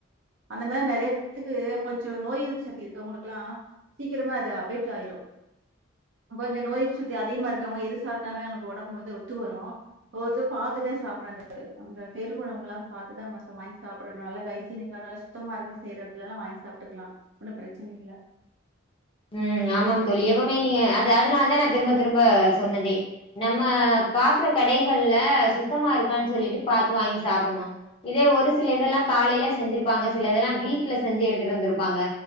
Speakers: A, on the right; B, on the left.
A: அந்த மாதிரி நிறைய பேருக்கு கொஞ்சம் நோய் எதிர்ப்பு சக்தி இருக்கறவங்களுக்குல்லாம் சீக்கிரமா அது அப்டேட் ஆயிடும் கொஞ்சம் நோய் எதிர்ப்பு சக்தி அதிகமா இருக்கவங்க எது சாப்பிடலுமே அவங்களுக்கு உடம்பு வந்து ஒத்து வரும் ஒவ்வொருத்தரும் பார்த்துதான் சாப்பிடும் அந்த தெரு உணவுங்களா பார்த்துதான் வாங்கி சாப்பிடணும் நல்லா ஹை ஜீனிக்க நல்லா சுத்தமா இருக்க செய்யற எடத்துல எல்லாம் வாங்கி சாப்பட்டுக்கலாம் ஒன்னும் பிரச்சனை இல்லை
B: ம்ம் ஆமாம் தொளியவுமே நீங்க அதனாலதான் நான் திரும்ப திரும்ப சொன்னதே நம்ம பாக்குற கடைகள்ல சுத்தமா இருக்கான்னு சொல்லிட்டு பார்த்து வாங்கி சாப்பிடணும் இதே ஒரு சில இதெல்லாம் காலையில செஞ்சிருப் இருப்பாங்க சில இதெல்லாம் வீட்டுல செஞ்சு எடுத்துட்டு வந்திருப்பாங்க